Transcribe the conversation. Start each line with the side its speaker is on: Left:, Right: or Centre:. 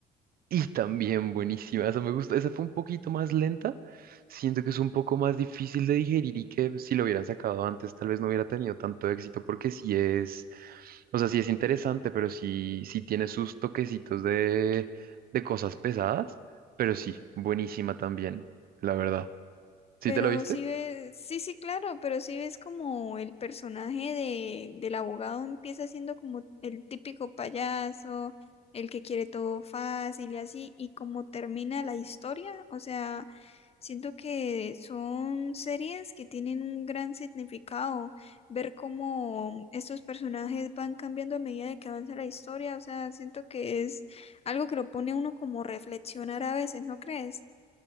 Right: Y también buenísima, esa me gusta. Esa fue un poquito más lenta. Siento que es un poco más difícil de digerir y que si lo hubieran sacado antes, tal vez no hubiera tenido tanto éxito, porque sí es, o sea, sí es interesante, pero sí, sí tiene sus toquecitos de, de cosas pesadas. Pero sí, buenísima también, la verdad. ¿Sí
Left: Pero
Right: te la viste?
Left: sí ves, sí, sí, claro, pero sí ves como el personaje de, del abogado empieza siendo como el típico payaso, el que quiere todo fácil y así, y como termina la historia, o sea, siento que son series que tienen un gran significado, ver cómo estos personajes van cambiando a medida de que avanza la historia, o sea, siento que es algo que lo pone a uno como reflexionar a veces, ¿no crees?